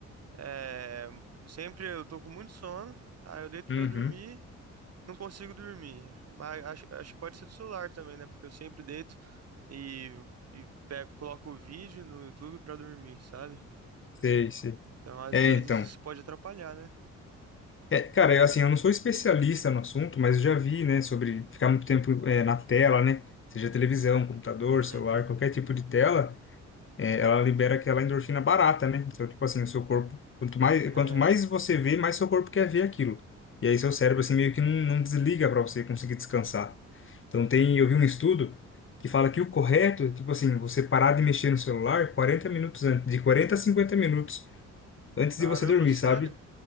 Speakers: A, on the right; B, on the left.
A: é, sempre eu tô com muito sono, aí eu deito
B: Uhum.
A: pra dormir, não consigo dormir. Mas acho, acho que pode ser do celular também, né? Porque eu sempre deito e, e pego- coloco o vídeo no YouTube pra dormir, sabe?
B: Sei, sei.
A: Então, às
B: É,
A: vezes
B: então.
A: isso pode atrapalhar, né?
B: É, cara, eu, assim, eu não sou especialista no assunto, mas eu já vi, né, sobre ficar muito tempo, é, na tela, né? Seja televisão, computador, celular,
A: Uhum.
B: qualquer tipo de tela. é, ela libera aquela endorfina barata, né? Então, tipo assim, o seu corpo, quanto mais,
A: É,
B: quanto mais você vê, mais seu corpo quer ver aquilo. E aí seu cérebro, assim, meio que não, não desliga para você conseguir descansar. Então, tem, eu vi um estudo que fala que o correto, é, tipo assim, você parar de mexer no celular 40 minutos antes, de 40 a 50 minutos antes
A: caramba,
B: de você dormir,
A: sério?
B: sabe?